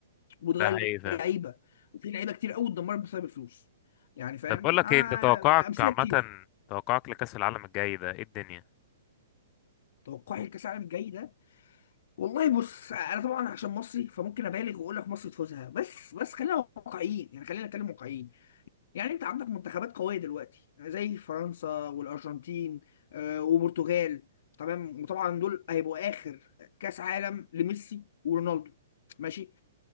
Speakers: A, on the left (about 60°); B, on the left (about 35°).
A: وبتغير
B: ده حقيقي فعلا.
A: اللعيبه وفي لعيبه كتير قوي اتدمرت بسبب الفلوس يعني فاهم
B: طب بقول لك
A: آه،
B: ايه انت توقعك
A: امثله
B: عامه
A: كتير
B: توقعك لكأس العالم الجاي ده ايه الدنيا
A: توقعي لكاس العالم الجاي ده والله بص انا طبعا عشان مصري فممكن ابالغ واقول لك مصر تفوزها بس بس خلينا واقعيين يعني خلينا نتكلم واقعيين يعني انت عندك منتخبات قوية دلوقتي زي فرنسا والأرجنتين آه، وبرتغال تمام وطبعا دول هيبقوا آخر كأس عالم لميسي ورونالدو ماشي